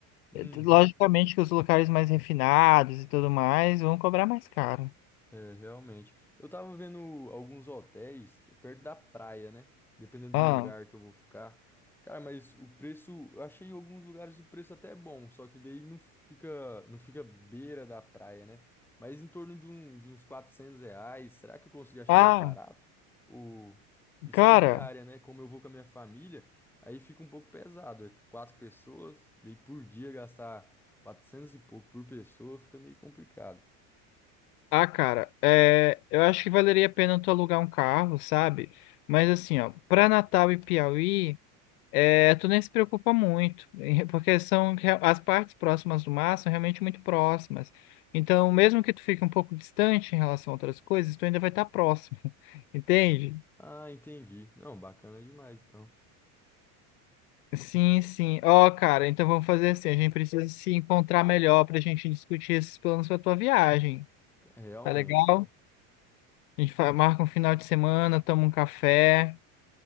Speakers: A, in the centre; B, on the left.
A: Uhum.
B: Logicamente que os locais mais refinados e tudo mais vão cobrar mais caro.
A: É, realmente. Eu tava vendo alguns hotéis perto da praia, né? Dependendo
B: Ah,
A: do lugar que eu vou ficar. Cara, mas o preço, eu achei em alguns lugares o preço até bom, só que daí não fica, não fica beira da praia, né? Mas em torno de, um, de uns 400 reais, será que eu consigo achar
B: ah,
A: mais barato? Ou... Isso
B: cara,
A: é a diária, né? Como eu vou com a minha família, aí fica um pouco pesado. É quatro pessoas, daí por dia gastar 400 e pouco por pessoa fica meio complicado.
B: ah, cara, é, eu acho que valeria a pena tu alugar um carro, sabe? Mas assim, ó, pra Natal e Piauí, é, tu nem se preocupa muito, <laughs> porque são rea- as partes próximas do mar são realmente muito próximas. Então, mesmo que tu fique um pouco distante em relação a outras coisas, tu ainda vai estar próximo, <laughs> entende?
A: Ah, entendi. Não, bacana demais, então.
B: Sim, sim. Ó, cara, então vamos fazer assim. A gente precisa se encontrar melhor pra gente discutir esses planos pra tua viagem.
A: É, Realmente,
B: Tá legal?
A: cara.
B: A gente fa- marca um final de semana, toma um café.